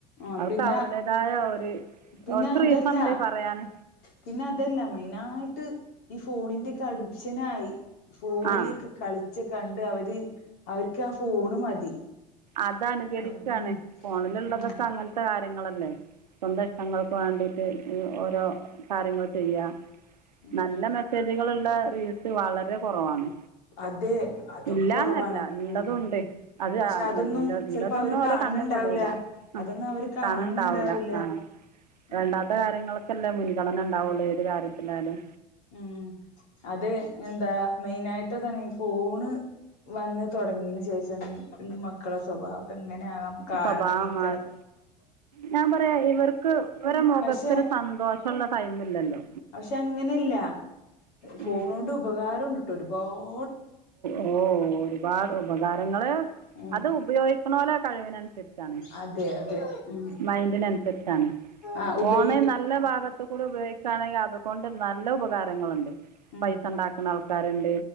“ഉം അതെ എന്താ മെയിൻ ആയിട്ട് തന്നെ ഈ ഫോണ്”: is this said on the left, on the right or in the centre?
Left